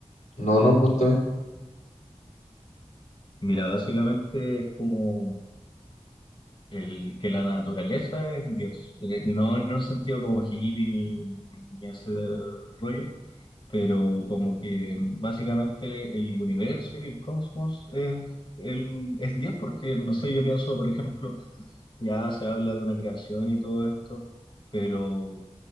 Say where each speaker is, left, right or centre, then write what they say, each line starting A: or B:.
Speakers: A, on the left; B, on the left.
A: No, no, cuéntame.
B: Mira, básicamente es como el que la naturaleza es Dios. Eh, No en un sentido como hippie ni, ni ese rollo, pero como que básicamente el universo y el cosmos es, el- es Dios, porque no sé, yo pienso, por ejemplo, Ya se habla de una creación y todo esto, pero